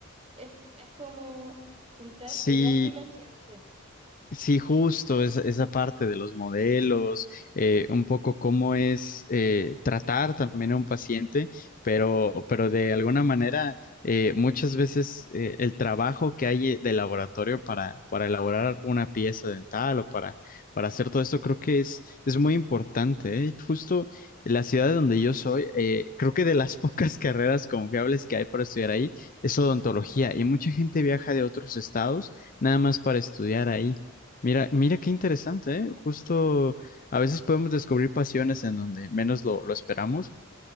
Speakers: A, on the right; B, on the left.
A: es, es como juntar
B: Sí,
A: el arte y la ciencia.
B: Sí, justo, esa, esa parte de los modelos, eh, un poco cómo es eh, tratar también a un paciente, pero, pero de alguna manera eh, muchas veces eh, el trabajo que hay de laboratorio para, para elaborar una pieza dental o para, para hacer todo esto creo que es, es muy importante, ¿eh? Justo la ciudad de donde yo soy, eh, creo que de las <laughs> pocas carreras confiables que hay para estudiar ahí es odontología y mucha gente viaja de otros estados nada más para estudiar ahí. Mira, mira qué interesante, ¿eh? Justo a veces podemos descubrir pasiones en donde menos lo, lo esperamos.